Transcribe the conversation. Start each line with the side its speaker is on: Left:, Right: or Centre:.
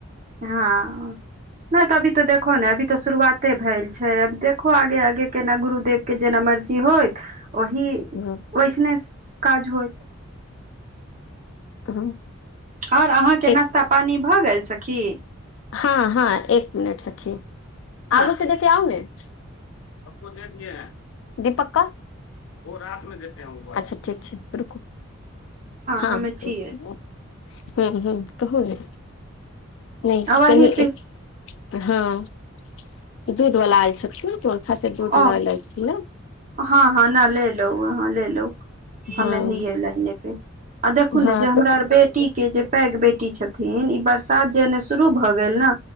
Right: हाँ नहि तऽ अभी तऽ देखो ने अभी तऽ शुरुआते भेल छै अब देखो आगे आगे केना गुरुदेव के जेना मर्जी होइत ओहि
Left: हँ <unintelligible>
Right: ओइस ने काज होई
Left: <unintelligible>
Right: आओर अहाँके
Left: एक
Right: नश्ता पानी भऽ गेल सखी
Left: हँ हँ एक मिनट सखी
Right: हँ
Left: आगू से
Right: ठीक
Left: देखे आउ ने <unintelligible> दिपक के <unintelligible> अच्छा ठीक छै रुकु हँ
Right: हमे छियै
Left: ह ह कहू ने नहि
Right: आ वही
Left: चल
Right: फिर
Left: हँ दूध वला आल सकत त खास दूध
Right: ओ
Left: लय ल छी ने
Right: हँ हँ न ले लो वहाँ ले लो हमे
Left: हँ
Right: ही ह लड़ने पे आ देखू
Left: हँ
Right: ने जे हमरार
Left: तऽ
Right: बेटी के जे पैघ बेटी छथिन ई बरसात जेने शुरू भऽ गेल ने